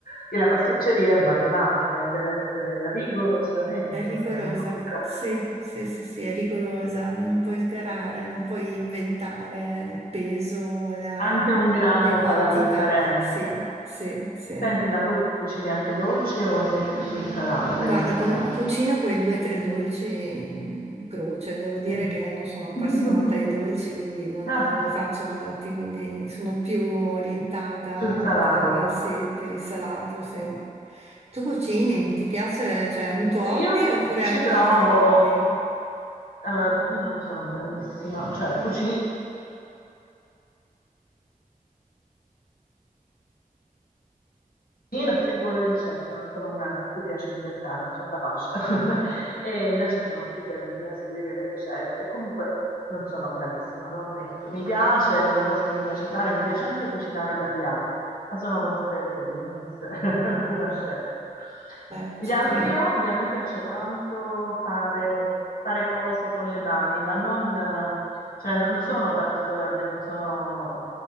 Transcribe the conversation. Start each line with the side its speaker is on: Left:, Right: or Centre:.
Left: che la pasticceria è matematica e deve essere rigorosamente
Right: è rigorosa,
Left: matematica.
Right: sì, sì, sì, sì, è rigorosa, non puoi sgarare, non puoi inventare il peso, la-
Left: Anche un grammo
Right: le quantità,
Left: fa la differenza.
Right: sì, sì, sì.
Left: Senti, ma tu cucini anche dolce o sei più sul salato, per
Right: Guarda,
Left: il salato?
Right: con- cucino quei due o tre dolci in croce. Devo dire
Left: Mm.
Right: che non sono appassionata
Left: <laughs>
Right: ai dolci, quindi non,
Left: Ah,
Right: non ne faccio molti, quindi sono più orientata
Left: sul salato.
Right: per, sì, per il salato, sì. Tu cucini? Ti piace, cioè, un tuo hobby
Left: Io
Right: oppure
Left: ci
Right: hai un
Left: provo,
Right: altro hobby?
Left: allora, io non sono bravissima, cioè cucino, Io non seguo le ricette, non sono una a cui piace inventare, non sono capace. <laughs> E invece sono più per il seguire le ricette. Comunque non sono bravissima, lo ammetto. Mi piace, è una cosa che mi piace fare, mi piace anche cucinare per gli altri, ma sono consapevole di non essere <laughs> una chef.
Right: Eh,
Left: Gli
Right: ci
Left: altri
Right: credo.
Left: hobby, a me piace tanto fare, fare cose con le mani, ma non, cioè non sono particolarmente, non sono